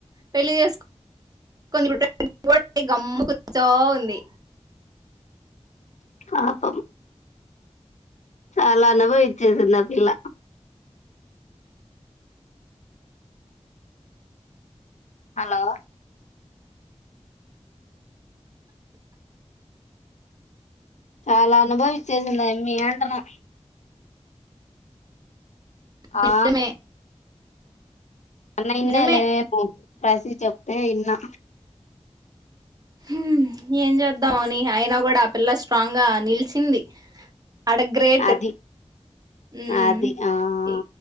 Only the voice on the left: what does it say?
పాపం చాలా అనుభవించేసింది ఆ పిల్ల హలో చాలా అనుభవిచ్చేసింది అమ్మీ అంటనా ఆ
అన్న ఇన్నలే
పరిస్థితి చెప్తే ఇన్నా
అది
అది ఆ